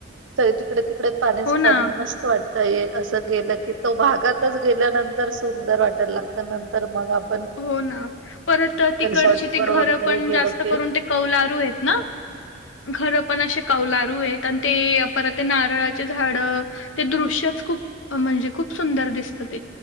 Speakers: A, on the right; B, on the left.
A: जिकडे तिकडे पाणीच
B: हो
A: पाणी
B: ना.
A: मस्त वाटत. तर ये असं गेलं की, तो भागातच गेल्यानंतर सुंदर वाटायला लागत. नंतर मग आपण,
B: हो ना. परत तिकडचे
A: रिसॉर्ट
B: ते
A: वर
B: घरं
A: वगैरे
B: पण
A: गेलो
B: जास्त
A: की
B: करून ते कौलारू आहेत ना. घर पण असे कौलारू आहेत आणि ते परत ते नारळाचे झाड, ते दृश्यच खूप म्हणजे, खूप सुंदर दिसत ते.